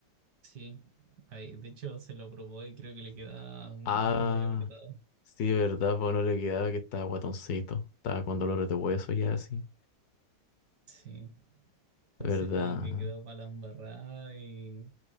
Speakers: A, on the right; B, on the left.
A: Sí, ahí, de hecho se lo probó y creo que le queda mu-
B: Ah,
A: muy apretado.
B: sí, verdad, pues no le quedaba que estaba guatoncito. Estaba con dolores de hueso ya así.
A: Sí,
B: ¿Verdad?
A: entonces como que quedó para la embarrada y